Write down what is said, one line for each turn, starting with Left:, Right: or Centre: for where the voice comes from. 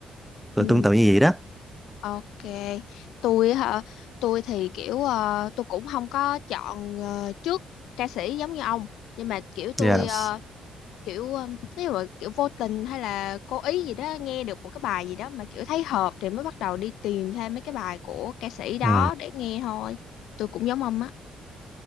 Centre: rồi
Left: ừ
Centre: tương tự như vậy đó
Left: ok tôi hả tôi thì kiểu ờ, tôi cũng không có chọn ờ, trước ca sĩ giống như ông nhưng mà kiểu tôi
Centre: yes
Left: ờ, kiểu ờ, nếu mà kiểu vô tình hay là cố ý gì đó nghe được một cái bài gì đó mà kiểu thấy hợp thì mới bắt đầu đi tìm thêm mấy cái bài của ca sĩ đó
Centre: ừ
Left: để nghe thôi tôi cũng giống ông á